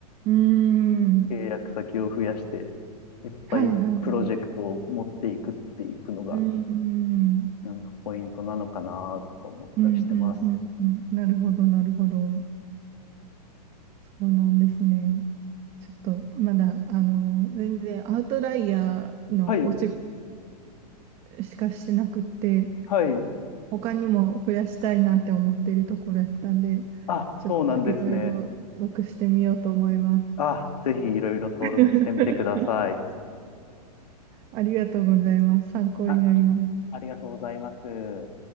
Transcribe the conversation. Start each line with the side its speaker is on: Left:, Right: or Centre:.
Right: うん、うーん
Left: 契約先を増やして、いっぱいプロジェクトを持っていくっていくのが、
Right: はいはい。うーん、
Left: なんかポイントなのかなとか思ったりしてます。
Right: うん、うん、うん、うんなるほど、なるほど。そうなんですね。ちょっとまだあの全然アウトライヤーのお仕事
Left: はい、
Right: しかしてなくって
Left: はい。
Right: 他にも増やしたいなって思ってるところやったんで
Left: あ、
Right: ちょっといろいろ登録してみようと思います。
Left: そうなんですね。あ、ぜひいろいろ登録してみてください。
Right: <laughs> ありがとうございます。参考になります。
Left: あ、ありがとうございます。